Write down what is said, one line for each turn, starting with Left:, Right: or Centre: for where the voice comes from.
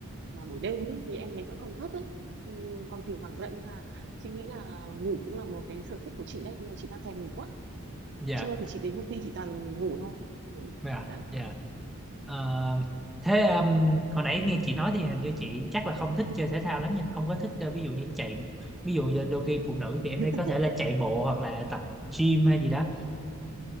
Right: mà buổi đêm ấy, thì em bé vẫn còn thức ấy ừ, còn thỉnh thoảng dậy nên là chị nghĩ là ngủ cũng là một cái sở thích của chị đấy bây giờ chị đang thèm ngủ quá
Centre: dạ
Right: trưa thì chị đến công ty chị toàn ngủ thôi ừ
Centre: Dạ,
Right: đấy
Centre: dạ. Ờ, thế um, hồi nãy nghe chị nói thì hình như chị chắc là không thích chơi thể thao lắm nha, không có thích ờ, ví dụ như chạy, ví dụ như đôi khi phụ nữ thì em
Right: <laughs>
Centre: thấy có thể là chạy bộ hoặc là tập gym hay gì đó.